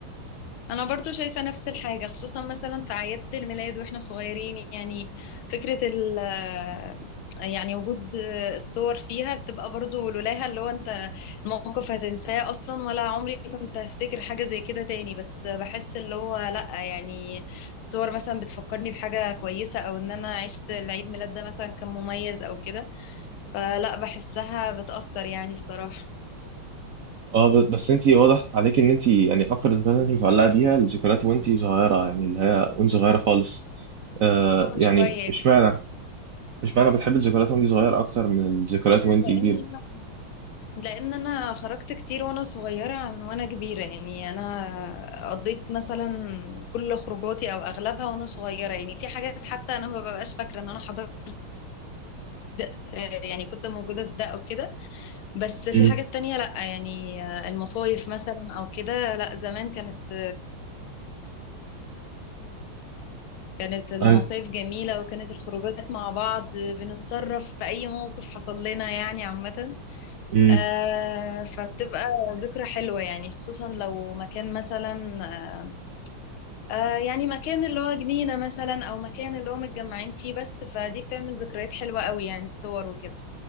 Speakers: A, on the left; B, on the right.
A: انا برضو شايفة نفس الحاجة خصوصا مثلا في اعياد الميلاد واحنا صغيرين يعني فكرة ال آه، يعني وجود الصور فيها بتبقى برضو لولاها اللي هو انت موقف هتنساه اصلا ولا عمري كنت هفتكر حاجة زي كده تاني بس بحس اللي هو لا يعني الصور مثلا بتفكرني بحاجة كويسة او ان انا عشت العيد ميلاد ده مثلا كان مميز او كده فلا بحسها بتأثر يعني الصراحة
B: اه ب- بس انت واضح عليك ان انت يعني اكتر الذكريات انت متعلقه بيها الذكريات وانت صغيره يعني اللي هي وانت صغيره خالص آه
A: اه
B: يعني
A: شوية
B: اشمعنى اشمعنى بتحب الذكريات وانت صغيره اكتر من الذكريات
A: لان
B: وانت كبيره
A: لان انا خرجت كتير وانا صغيره عن وانا كبيره يعني انا قضيت مثلا كل خروجاتي او اغلبها وانا صغيره يعني في حاجات حتى انا ما ببقاش فاكره ان انا حضرت ده- يعني كنت موجودة في ده أو كده بس في
B: امم
A: حاجات تانية لأ يعني المصايف مثلا أو كده لأ زمان كانت كانت المصايف
B: اي
A: جميلة وكانت الخروجات مع بعض بنتصرف في أي موقف حصل لنا يعني عامة
B: امم
A: آه فبتبقى ذكرى حلوة يعني خصوصا لو مكان مثلا آه آه، يعني مكان اللي هو جنينة مثلا أو مكان اللي هو متجمعين فيه بس فدي بتعمل ذكريات حلوة قوي يعني الصور وكده